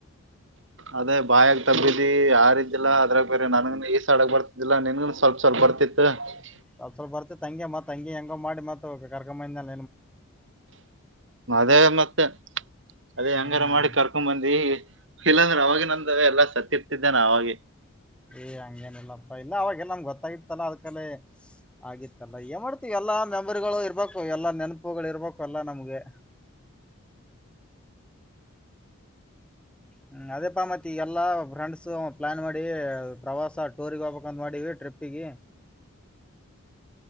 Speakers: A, on the right (about 60°); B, in the centre.
A: ಅದೇ ಬಾಯಾಗ ತಬಿದಿ ಯಾರಿದ್ದಿಲ್ಲ ಅದ್ರಾಗ ಬೇರೆ ನನ್ಗನ್ ಈ ಸಡಗ್ ಬರ್ತಿಲ್ಲ ನಿನ್ಗು ಸ್ವಲ್ ಸ್ವಲ್ ಬರ್ತತಿ <unintelligible>
B: ಸ್ವಪ ಸ್ವಲ್ಪ ಬರ್ತ್ತೆ ತಂಗಗೆ ಮತ್ ಅಂಗೆ ಹೆಂಗ ಮಾಡಿ ಮತ್ ಕರ್ಕಂದ ಬನ್ಯಲ್ಲ
A: ಅದೇ ಮತ್ತೆ ಅದೇ
B: ಹ್ಮ್
A: ಹೆಂಗಾರ ಮಾಡಿ ಕರ್ಕೊಂಡ್ ಬಂದಿ ಇಲ್ಲಾಂದ್ರೆ ಅವಾಗಿ ನಂದ ಎಲ್ಲಾ ಸತ್ತಿರ್ತಿದ್ದೆ ನ ಅವಾಗೆ
B: ಏ ಹಂಗೇನ ಇಲ್ಲಪ್ಪ ಇಲ್ಲ ಅವಾಗೆಲ್ಲ ಹಂಗೆ ಗೊತ್ತಾಗಿತ್ತಲ್ಲ ಅದ್ಕಲೆ ಆಗಿತ್ತಲ್ಲ ಏ ಮಾಡ್ತೀವಿ ಎಲ್ಲ ಮೆಮರಿಗಳು ಇರ್ಬೇಕು ಎಲ್ಲಾ ನೆನಪುಗಳು ಇರ್ಬೇಕು ಎಲ್ಲಾ ನಮ್ಗೆ ಹ್ಮ ಅದೇ ಪಾ ಮತ್ತ ಈಗೆಲ್ಲಾ ಫ್ರೆಂಡ್ಸ್ ಪ್ಲಾನ್ ಮಾಡಿ ಪ್ರವಾಸ ಟೂರ್ ಹೋಗ್ ಬೇಕು ಬಂದ್ ಮಾಡೀ ಟ್ರಿಪ್ಪಿಗೆ